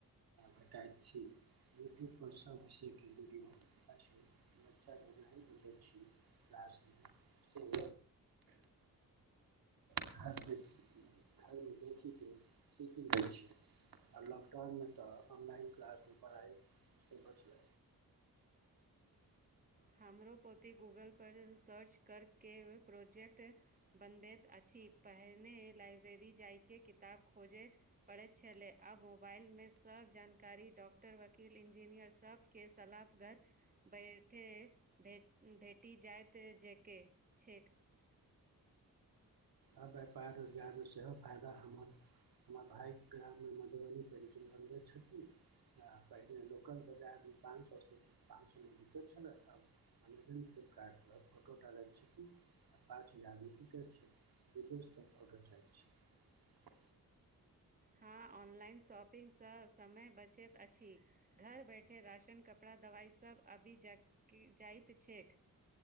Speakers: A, on the right; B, on the right.
A: भेटैत छी यूट्यूबपर सब विषयके वीडियो अछि बच्चा जे नहि बुझै छी क्लासमे से घर देखि घरमे देखिके सीखि लै छै आ लॉकडाउनमे तऽ ऑनलाइन क्लासमे पढ़ाइ से बचलै
B: हमरो पोती गूगलपर सर्च करके प्रोजेक्ट बनबैत अछि पहिने लाइब्रेरी जाइके किताब खोजे पड़ैत छलै आब मोबाइलमे सब जानकारी डाक्टर वकील इंजीनियर सबके सलाह घर बैठे भे भेटी जायइत जेके छै <unintelligible>
A: आ व्यापार रोजगारमे सेहो फायदा हमर हमरा भाइ ग्राममे मधुबनी पेंटिंग बनबैत छथिन लोकल बाजार मे पाँच स पाँच सए मे बिकैत छलैक फ्ड पर फोटोटलज छै पाँच हजार में बिकैत छै विदेश तक फोटो जाइत छैक
B: हँ ऑनलाइन शॉपिंगसँ समय बचैत अछि घर बैठे राशन कपड़ा दवाई सभ आबि जाइत छै